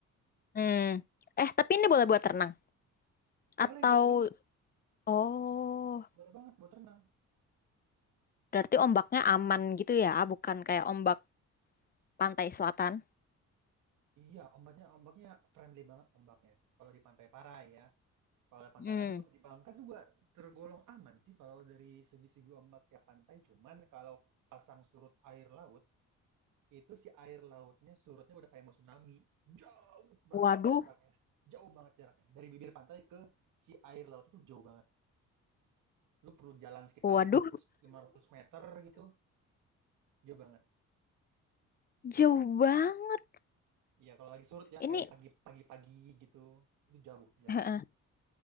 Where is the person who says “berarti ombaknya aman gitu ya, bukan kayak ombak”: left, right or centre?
Left